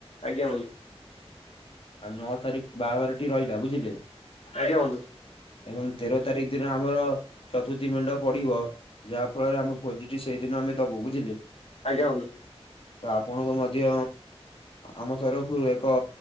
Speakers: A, on the left; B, on the left.
A: ଆଜ୍ଞା ବନ୍ତୁ
B: ଆଉ ନଅ ତାରିଖ ବାହାଘର ଟେ ରହିଲା ବୁଝିଲେ
A: ଆଜ୍ଞାୁ
B: ଏବଂ ତେର ତାରିଖ ଦିନ ଆମର ଚତୁର୍ଥୀ ମେଣ୍ଡ ପଡିବ ଯାହା ଫଳରେ ଆମ ଭୋଜି ସେଇଦିନ ଆମେ ଦବୁ ବୁଝିଲେ
A: ଆଜ୍ଞା ହନ୍ତୁ
B: ତ ଆପଣଙ୍କୁ ମଧ୍ୟ ଆମ ତରଫରୁ ଏକ